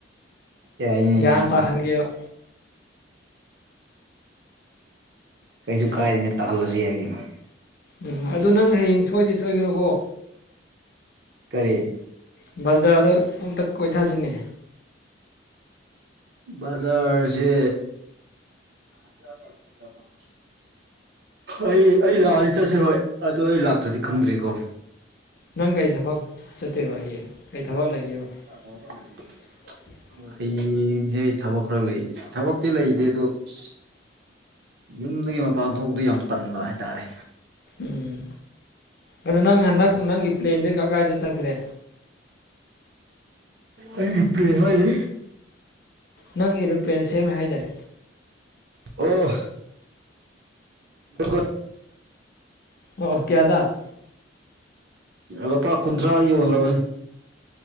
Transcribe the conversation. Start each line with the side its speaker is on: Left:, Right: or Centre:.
Right: ꯌꯥꯏꯅꯦ
Left: ꯒ꯭ꯌꯥꯟ
Right: ꯌꯥꯏꯅꯦ
Left: ꯇꯥꯍꯟꯒꯦꯕ
Right: ꯀꯩꯁꯨ ꯀꯥꯏꯗꯦꯅꯦ ꯇꯧꯍꯜꯂꯁꯨ ꯌꯥꯏ ꯀꯩꯅꯣ
Left: ꯎꯝ ꯑꯗꯨ ꯅꯪ ꯍꯌꯦꯡ ꯁꯣꯏꯗꯤ ꯁꯣꯏꯒꯅꯨꯀꯣ
Right: ꯀꯔꯤ
Left: ꯕꯖꯥꯔꯗ ꯑꯝꯇ ꯀꯣꯏꯊꯁꯤꯅꯦ
Right: ꯕꯖꯥꯔꯖꯦ <inaudible> ꯑꯩ ꯑꯩ ꯂꯥꯛꯑꯗꯤ ꯆꯠꯁꯦ ꯍꯣꯏ ꯑꯗꯣ ꯑꯩ ꯂꯥꯛꯇ꯭ꯔꯗꯤ ꯈꯪꯗ꯭ꯔꯤꯀꯣ
Left: ꯅꯪ ꯀꯔꯤ ꯊꯕꯛ ꯆꯠꯇꯣꯏꯕ ꯍꯌꯦꯡ ꯀꯔꯤ ꯊꯕꯛ ꯂꯩꯒꯦꯕ
Right: <unintelligible>
Left: <inaudible>
Right: ꯍꯌꯦꯡꯁꯦ ꯑꯩ ꯊꯕꯛ ꯈꯔ ꯂꯩ ꯊꯕꯛꯇꯤ ꯂꯩꯇꯦ ꯑꯗꯣ ꯑꯁ꯫ ꯌꯨꯝꯗꯒꯤ ꯃꯄꯥꯟ ꯊꯣꯛꯄꯗ ꯌꯥꯝ ꯇꯟꯕ ꯍꯥꯏꯇꯥꯔꯦ꯫
Left: ꯎꯝ ꯑꯗꯨ ꯅꯪ ꯍꯟꯗꯛ ꯅꯪꯒꯤ ꯄ꯭ꯂꯦꯟꯗꯤ ꯀ ꯀꯥꯏꯗ ꯆꯠꯈ꯭ꯔꯦ꯫
Right: ꯑꯩꯒꯤ ꯄ꯭ꯂꯦꯟ ꯍꯥꯏꯗꯤ꯫
Left: ꯅꯪ ꯏꯔꯣꯄ꯭ꯂꯦꯟ ꯁꯦꯝꯃꯦ ꯍꯥꯏꯗꯥꯏ꯫
Right: ꯑꯣ꯫ <inaudible>
Left: ꯑꯣ ꯀꯌꯥꯗ꯫
Right: ꯂꯨꯄꯥ ꯀꯨꯟꯊ꯭ꯔꯥꯗ ꯌꯣꯟꯈ꯭ꯔꯕꯅꯦ꯫